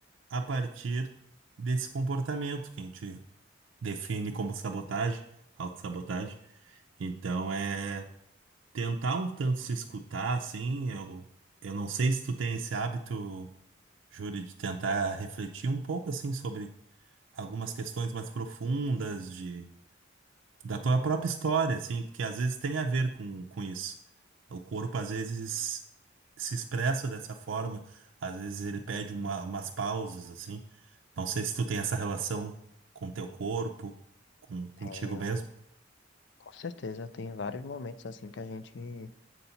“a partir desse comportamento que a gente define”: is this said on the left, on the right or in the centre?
Right